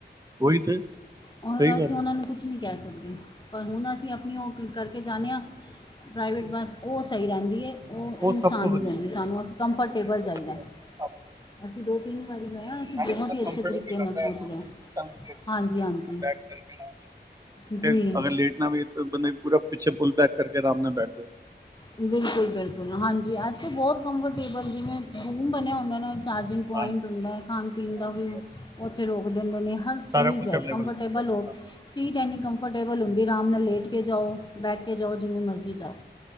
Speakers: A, on the right (about 20°); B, on the left (about 25°).
A: ਉਹੀ ਤੇ ਸਹੀ
B: ਔਰ
A: ਗੱਲ
B: ਅਸੀਂ ਉਹਨਾਂ
A: ਹੈ
B: ਨੂੰ ਕੁਛ ਨਹੀਂ ਕਹਿ ਸਕਦੇ ਪਰ ਹੁਣ ਅਸੀਂ ਆਪਣੀ ਉਹ ਕਰਕੇ ਜਾਂਦੇ ਹਾਂ ਪ੍ਰਾਈਵੇਟ ਬੱਸ ਉਹ ਸਹੀ ਰਹਿੰਦੀ ਹੈ ਉਹ ਨੁਕਸਾਨ
A: ਸਭ ਤੋਂ
B: ਨਹੀਂ
A: ਵਧੀਆ
B: ਦਿੰਦੀ ਸਾਨੂੰ ਅਸੀਂ ਕੰਫਰਟੇਬਲ
A: ਸਭ ਤੋਂ
B: ਚਾਹੀਦਾ
A: ਵਧੀਆ ਤੇ ਸਭ
B: ਅਸੀਂ ਦੋ ਤਿੰਨ ਵਾਰੀ ਗ ਅਸੀਂ
A: ਨਾਲੇ
B: ਬਹੁਤ
A: ਬੰਦਾ ਕੰਫਰਟ
B: ਹੀ ਅੱਛੇ ਤਰੀਕੇ
A: ਹੋ ਕੇ ਜਾਂਦਾ
B: ਨਾਲ ਪਹੁੰਚ
A: ਹੈ ਆਰਾਮ
B: ਗਏ
A: ਨਾਲ ਸੀਟਾਂ ਵੀ ਅੱਛੀ
B: ਹਾਂਜੀ ਹਾਂਜੀ
A: ਬੈਠ ਕਰਕੇ ਆਰਾਮ ਪਿੱਛੇ
B: ਜੀ
A: ਅਗਰ ਲਟ ਨਾ ਵੀ ਤਾਂ ਬੰੇ ਪੂਰਾ ਪਿੱਛੇ ਪੁਲ ਪੈਕ ਕਰਕੇ ਆਰਾਮ ਨਾਲ ਬੈਠ ਜਾਏ
B: ਬਿਲਕੁਲ ਬਿਲਕੁਲ ਹਾਂਜੀ
A: ਹਾਂ
B: ਅੱਥੇ ਬਹੁਤ ਕੰਫਰਟੇਬਲ ਜਿਵੇਂ ਰੂਮ ਬਣਿਆ ਹੁੰਦਾ ਨਾ ਚਾਰਜਿੰਗ ਪੁਆਇੰਟ
A: ਹਾਂਜੀ
B: ਹੁੰਦਾ ਹੈ ਖਾਣ ਪੀਣ ਦਾ
A: ਹਾਂਜੀ
B: ਵੀ
A: ਹਾਂਜੀ।
B: ਉੱਥੇ ਰੋਕ ਦਿੰਦੇ ਨੇ ਚੀਜ਼
A: ਸਾਰਾ ਕੁਝ
B: ਹ
A: ਅਵੇਲੇਬਲ
B: ਕੰਫਰਟੇਬਲ
A: ਜਾਂਦਾ ਹੈ।
B: ਹੋ
A: ਹਾਂ ਬਹੁਤ
B: ਸੀਟ ਐਨੀ ਕੰਫਰਟੇਬਲ ਹੁੰਦੀ ਆਰਾਮ ਨਾਲ ਲੇਟ ਕੇ ਜਾਓ ਬੈਠ ਕੇ ਜਾਓ ਜਿਵੇਂ ਮਰਜ਼ੀ ਜਾਓ